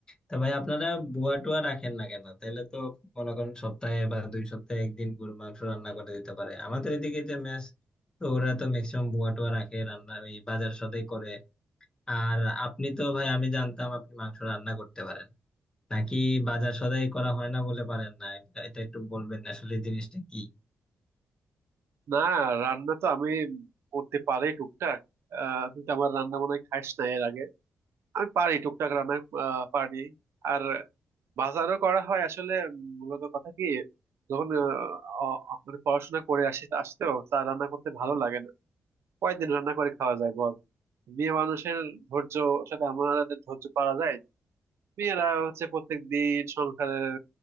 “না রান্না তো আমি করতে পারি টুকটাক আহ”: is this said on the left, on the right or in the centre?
Right